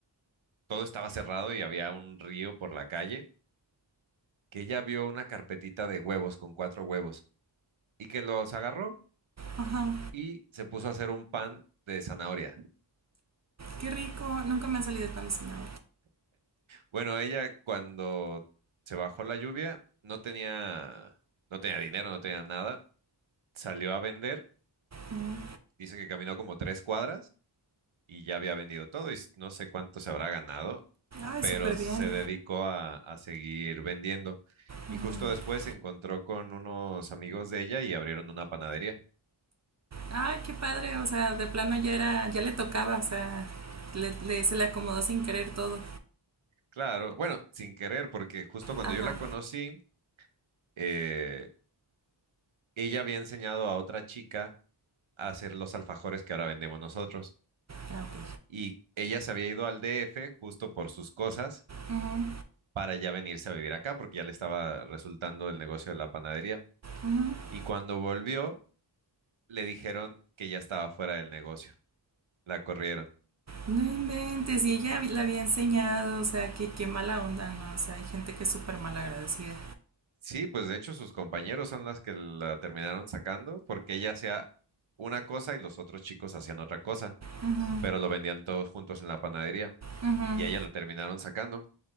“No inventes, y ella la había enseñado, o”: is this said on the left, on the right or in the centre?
Right